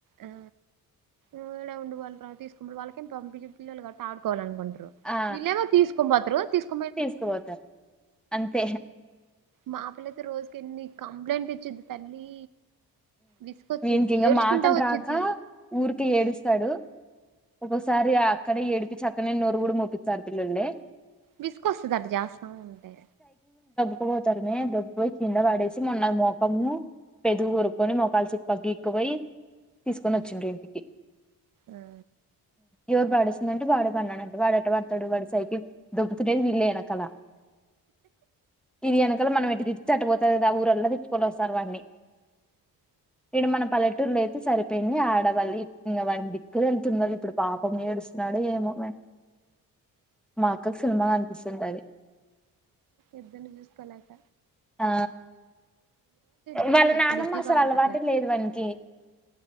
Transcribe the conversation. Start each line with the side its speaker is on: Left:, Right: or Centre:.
Right: ఆ ఏడ ఉం బల్ రా తీసుకుంట వాళ్ళకి తొమిదిలు గట్ట ఆడుకోవాలనుంటడి
Centre: ఆ
Right: బిల్లు ఏమో తీసుకోమంటారు తీసుకున్న
Centre: తీసుకుపోతారు అంతే
Right: మా పిల్ల అయితే రోజుకి ఎన్ని కంప్లైంట్ ఇచ్చిది తల్లి విసుకొచ్చిద్ది
Centre: వీకి ఇంకా
Right: ఏడ్చుకుంటా
Centre: మాటలు
Right: వచ్చిద్ది
Centre: రాక ఊరికే ఏడుస్తాడు ఒకసారి ఆ అక్కడ ఎడు ఇ చక్కనే నోరు కూడా మోపిస్తారు పిల్లలే
Right: విసుకొస్తుందిట జాస్తాం ఉంటే
Centre: ఎక్కుపోతారుమే దొపోయి కింద పడేసి మొన్న మోఖము పెదగు కొరుక్కకుని మఖలుసి ప్ గక్కుపోయి తీసుకొని
Right: ఆ
Centre: వచ్చిండ్రు ఇంటికి
Right: ఆ
Centre: ఎవరు వాాడేస్తుందంటే వాడే పడిన్నాడుంటే వాడట పడతాడు వాడి సైకి దతుటేది ఇల్కలా ఇదికు మనం ఇటు తిట్టకపోతే కదా ఊరల్లా తిుకొనిస్త వాడిని ఇడు మన పలెట్ పట్టూర్లు అయితే సరిపోయింది ఆడవాళ్ళ వా దిక్కులు న్నది ఇప్పుడు పాపం ఏడుస్తున్నాడు ఏమో మా అక్కకు సినిమా కనిపిస్తుంటది
Right: ఎద్దని స్ కలాక
Centre: ఆ
Right: బిజీ
Centre: వాళ్ళ
Right: కొంచెం
Centre: నానమ్మ
Right: బిజీగా
Centre: అసలు
Right: ఉంటారులే
Centre: అలవాట లేదు వానకి